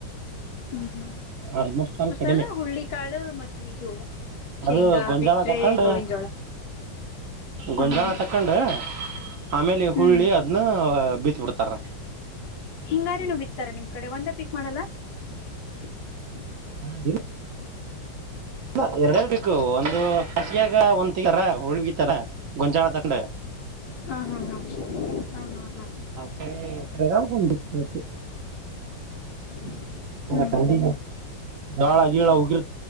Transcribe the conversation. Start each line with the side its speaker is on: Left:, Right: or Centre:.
Left: ಹ್ಮ್ ಹ್ಮ್
Right: ಆಲ್ಮೋಸ್ಟ್ ಆಲ್ ಕಡಿಮೆ
Left: ಅಲ್ಲ ಹುಳ್ಳಿ ಕಾಳು ಮತ್ತೆ ಇದು ಶೇಂಗಾ
Right: ಅದು ಗೊಂಜಾಳ
Left: ಬಿಟ್ರೆ
Right: ತಕೊಂಡ
Left: ಗೋವಿನ ಜೋಳ ಹ್ಮ್
Right: ಗೊಂಜಾಳ ತಕೊಂಡ ಆಮೇಲೆ
Left: ಹ್ಮ್
Right: ಹುಳ್ಳಿ ಅದ್ನ್ನ ಬಿತ್ ಬಿಡ್ತಾರ
Left: ಹಿಂಗಾರಿನು ಬಿತ್ತಾರಾ ನಿಮ್ ಕಡೆ ಒಂದೇ ಪಿಕ್ ಮಾಡಲ್ಲ <unintelligible>
Right: <unintelligible> ಇಲ್ಲ ಎರಡರ್ ಬೇಕು ಒಂದು ಹಾಸಿಯಾಗ ಒಂದ ತಗಿತರ ಉಳ್ಗಿತರ ಗೊಂಚಾಳದಾಗ <unintelligible>
Left: ಹಾ ಹಾ ಹಾ ಹಾ ಹಾ ಹಾ
Right: ಚಳಿ ಚಳಿಗಾಲಕ್ಕೆ ಒಂದು ಬಿತ್ತಬೇಕು
Left: <unintelligible>
Right: <unintelligible>
Left: ಹ್ಮ್
Right: ಜೋಳ ಗೀಳ ಉಗಿ